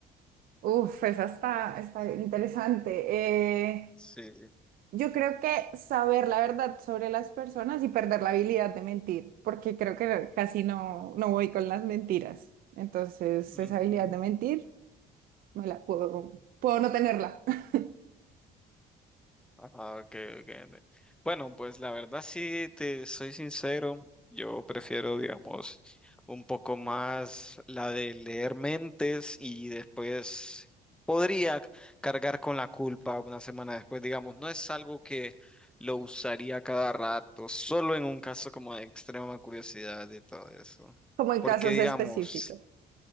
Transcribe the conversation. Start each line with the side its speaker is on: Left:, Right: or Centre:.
Right: Uf, esa está, está interesante. Eh,
Centre: Sí.
Right: yo creo que saber la verdad sobre las personas y perder la habilidad de mentir, porque creo que casi no, no voy con las mentiras. Entonces,
Centre: Mm.
Right: esa habilidad de mentir, me la puedo, puedo no tenerla, <laughs>
Centre: Ah, ok, ok, ande- Bueno, pues la verdad sí, te soy sincero, yo prefiero, digamos, un poco más la de leer mentes y después podría c- cargar con la culpa una semana después, digamos, no es algo que lo usaría cada rato, solo en un caso como de extrema curiosidad y todo eso.
Right: como en
Centre: Porque,
Right: casos
Centre: digamos,
Right: específicos.